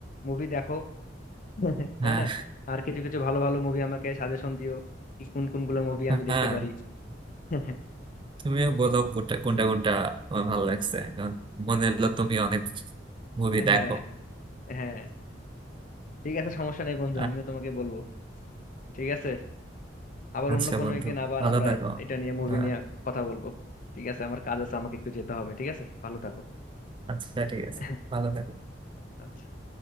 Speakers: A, on the left; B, on the right.
A: মুভি দেখো <laughs> তাই
B: হ্যাঁ
A: না আর কিছু কিছু ভালো ভালো মুভি আমাকে সাজেশন দিও কি কোন কোনগুলো মুভি আমি
B: হ্যাঁ
A: দেখতে পারি <laughs>
B: তুমিও বলো কোনটা কোনটা কোনটা তোমার ভালো লাগছে কারণ মনে হলো তুমি অনেক মুভি দেখো
A: হ্যাঁ হ্যাঁ ঠিক আছে সমস্যা নেই বন্ধু
B: আ-
A: আমিও তোমাকে বলবো ঠিক আছে আবার
B: আচ্ছা
A: অন্য কোনো
B: বন্ধু
A: একদিন আবার
B: ভালো
A: আমরা
B: থাকো
A: এটা নিয়ে মুভি
B: হ্যাঁ
A: নিয়ে কথা বলবো ঠিক আছে আমার কাজ আছে আমাকে একটু যেতে হবে ঠিক আছে ভালো থাকো
B: আচ্ছা ঠিক আছে
A: <laughs>
B: ভালো থাকো
A: আচ্ছা